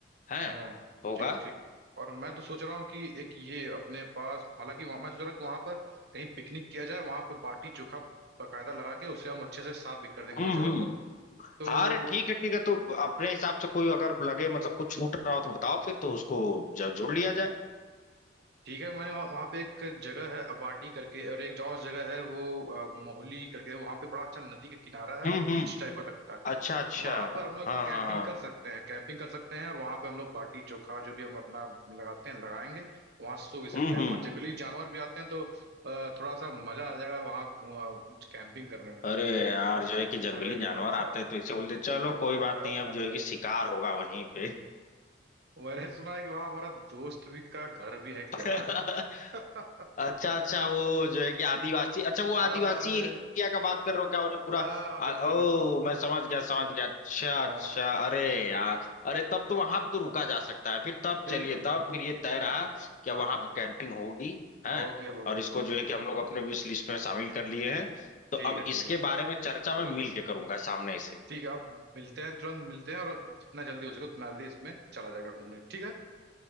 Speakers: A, on the left (about 40°); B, on the right (about 55°).
A: है
B: हम्म
A: होगा
B: ठीक ठीक और मैं तो सोच रहा हूँ कि एक ये अपने पास हालांकि वहाँ- मैं सोच रहा हूँ कि वहां पर कहीं पिकनिक किया जाए वहां पे बाटी चोखा बकायदा लगा के उसे हम अच्छे से साफ भी कर देंगे
A: हम्म
B: वो जगह
A: हम्म
B: को तो
A: हाँ, अरे ठीक है ठीक है तो अपने हिसाब से कोई अगर लगे मतलब कुछ छूट रहा हो तो बताओ फिर तो उसको जब जोड़ लिया जाए
B: ठीक है मैंने वहाँ वहाँ पे एक जगह है अबाडी करके और एक और जगह है वो अ, मोहली करके वहाँ पे बड़ा अच्छा नदी का किनारा है
A: हम्म
B: बीच
A: हम्म
B: टाइप का लगता है
A: अच्छा अच्छा
B: वहां पर हम लोग
A: हाँ
B: कैंपिंग
A: हाँ हाँ
B: कर सकते हैं कैंपिंग कर सकते हैं और वहां पे हम लोग बाटी चोखा जो भी हम अपना लगाते हैं लगाएंगे वहां सो भी सकते
A: हम्म
B: हैं
A: हम्म
B: वहां जंगली जानवर भी आते हैं तो अ, थोड़ा सा मजा आ जाएगा वहां कैंपिंग करने में
A: अरे यार जो है कि जंगली
B: अरे
A: जानवर
B: भाई
A: आते
B: साहब
A: हैं तो इसे बोलते हैं, चलो कोई बात
B: <laughs>
A: नहीं अब जो है कि शिकार होगा वहीं पे
B: मैंने सुना है कि वहां हमारा दोस्त भी का घर भी है क्या
A: <laughs>
B: <laughs>
A: अच्छा अच्छा वो जो है कि आदिवासी अच्छा वो आदिवासी
B: आ,
A: एरिया का बात कर रहे हो क्या वो जो पूरा
B: आ,
A: आ,
B: बिल्कुल
A: ओ
B: बिल्कुल
A: मैं समझ गया समझ गया अच्छा
B: हाँ
A: अच्छा अरे यार अरे तब तो वहां पे तो रुका जा सकता है फिर तब
B: बिल्कुल
A: चलिए तब फिर ये तय रहा कि अब
B: हाँ
A: वहां पर कैंपिंग होगी है
B: होगी अब होगी
A: और इसको
B: होगी
A: जो है कि हम लोग अपने विश लिस्ट में शामिल कर लिए हैं तो
B: ठीक
A: अब
B: है ठीक
A: इसके
B: है
A: बारे में चर्चा मैं मिल के करूंगा सामने से
B: ठीक है अब मिलते हैं तुरंत मिलते हैं और जितना जल्दी हो सके उतना जल्दी इसमें चला जाएगा घूमने ठीक है